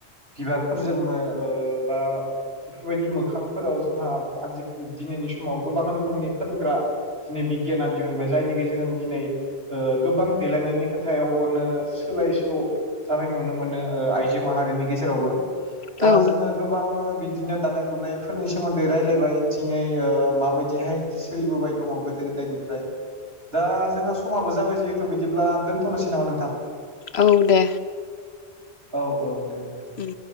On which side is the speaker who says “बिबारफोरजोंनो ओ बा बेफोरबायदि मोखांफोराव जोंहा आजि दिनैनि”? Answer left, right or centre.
Right